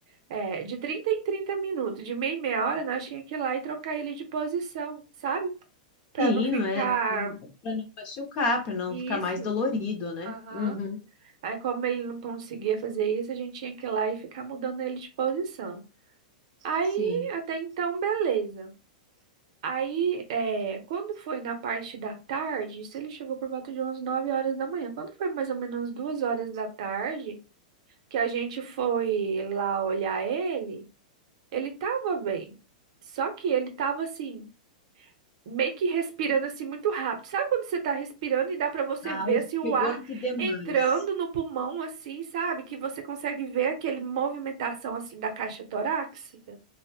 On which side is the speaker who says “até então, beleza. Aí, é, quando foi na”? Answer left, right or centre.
Right